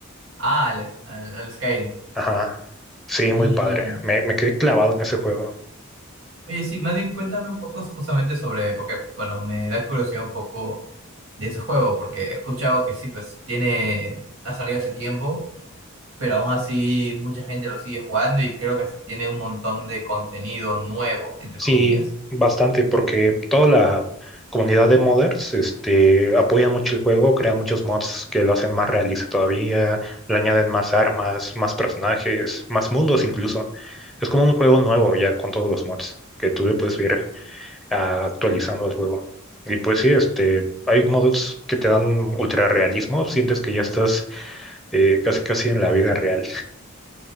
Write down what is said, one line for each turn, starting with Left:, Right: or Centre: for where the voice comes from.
Right: Ah, al, al- al Skyrim.
Centre: Ajá. Sí,
Right: Mm.
Centre: muy padre. Me, me quedé clavado en ese juego.
Right: Oye, sí, más bien cuéntame un poco justamente sobre, porque, bueno, me da curiosidad un poco de ese juego, porque he escuchado que sí, pues tiene, ha salido hace tiempo, pero aún así mucha gente lo sigue jugando y creo que hasta tiene un montón de contenido nuevo, entre
Centre: Sí,
Right: comillas.
Centre: bastante, porque toda la comunidad de modders, este, apoyan mucho el juego, crean muchos mods que lo hacen más realista todavía, le añaden más armas, más personajes, más mundos incluso. Es como un juego nuevo ya con todos los mods que tú le puedes ir ah, actualizando al juego. Y pues sí, este, hay mods que te dan ultra realismo, sientes que ya estás eh, casi casi en la vida real.